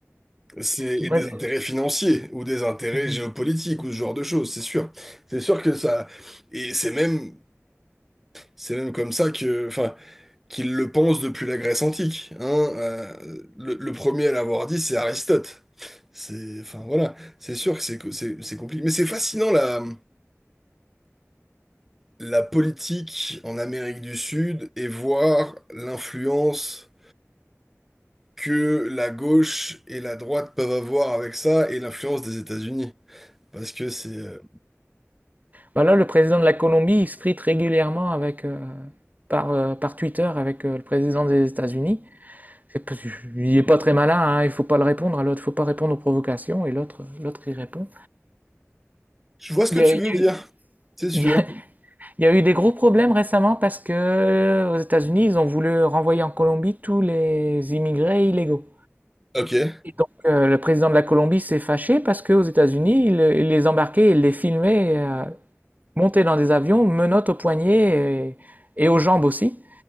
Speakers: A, in the centre; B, on the right.
A: C'est
B: Moi,
A: et des intérêts financiers ou des intérêts
B: Mhm.
A: géopolitiques ou ce genre de choses, c'est sûr. C'est sûr que ça et c'est même c'est même comme ça que enfin qu'ils le pensent depuis la Grèce antique. hein. Euh, le, le premier à l'avoir dit, c'est Aristote. C'est, enfin voilà, c'est sûr que c'est co- c'est- c'est compliqué. Mais c'est fascinant la, la politique en Amérique du Sud et voir l'influence que la gauche et la droite peuvent avoir avec ça et l'influence des États-Unis. Parce que c'est... euh,
B: Bah là, le président de la Colombie, il se frite régulièrement avec, euh, par, euh, par Twitter avec euh, le président des États-Unis. C'est parce que Il est pas très malin, hein, il faut pas le répondre à l'autre, faut pas répondre aux provocations, et l'autre, l'autre il répond.
A: Je vois ce
B: Il
A: que
B: y
A: tu
B: a, il y
A: veux
B: a
A: dire,
B: eu-
A: c'est sûr.
B: <laughs> Il y a eu des gros problèmes récemment parce que euh, aux États-Unis, ils ont voulu renvoyer en Colombie tous les immigrés illégaux.
A: Ok.
B: Et donc, euh, le président de la Colombie s'est fâché parce qu'aux États-Unis, il, il les embarquait, il les filmait euh, monter dans des avions, menottes aux poignets et, et aux jambes aussi.